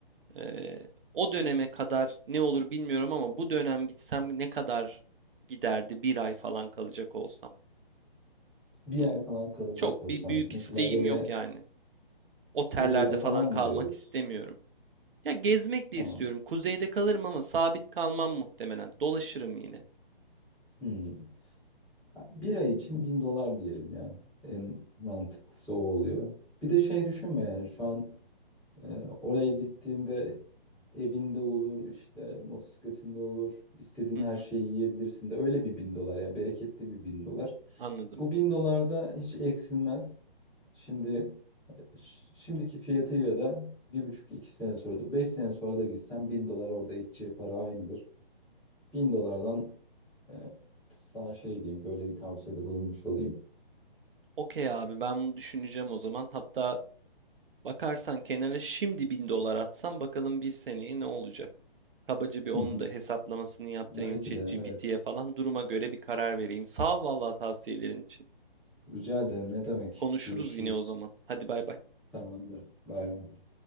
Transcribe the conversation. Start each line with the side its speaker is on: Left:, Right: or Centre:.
Right: Ee, o döneme kadar ne olur bilmiyorum ama bu dönem gitsem ne kadar giderdi bir ay falan kalacak olsam.
Centre: Bir
Right: Hani
Centre: ay falan kalacak
Right: çok
Centre: olsan.
Right: bir büyük
Centre: Mesela
Right: isteğim
Centre: böyle
Right: yok yani. Otellerde
Centre: kuzeyde falan
Right: falan kalmak
Centre: mı diyoruz?
Right: istemiyorum. Ya gezmek
Centre: Tamam.
Right: de istiyorum. Kuzeyde kalırım ama sabit kalmam muhtemelen. Dolaşırım yine.
Centre: Hmm. Bir ay için bin dolar diyelim ya. En mantıklısı o oluyor. Bir de şey düşünme yani şu an Ee, oraya gittiğinde evinde olur, işte motosikletinde olur, istediğin
Right: Hı hı,
Centre: her şeyi yiyebilirsin de öyle bir bin dolar yani bereketli bir bin dolar.
Right: anladım.
Centre: Bu bin dolar da hiç eksilmez. Şimdi ş- şimdiki fiyatıyla da bir buçuk iki sene sonra da beş sene sonra da gitsen bin dolar orada edeceği para aynıdır. Bin dolardan e, sana şey diyeyim böyle bir tavsiyede bulunmuş olayım.
Right: Okey abi ben bunu düşüneceğim o zaman. Hatta bakarsan kenara şimdi bin dolar atsam bakalım bir seneye ne olacak. Kabaca bir onun
Centre: Hı hı.
Right: da hesaplamasını yaptırayım
Centre: Belki
Right: ChatGPT'ye
Centre: de evet.
Right: falan duruma göre bir karar vereyim. Sağ ol vallahi tavsiyelerin için.
Centre: Rica ederim ne demek.
Right: Konuşuruz
Centre: Görüşürüz.
Right: yine o zaman. Hadi bay bay.
Centre: Tamamdır. Bay bay.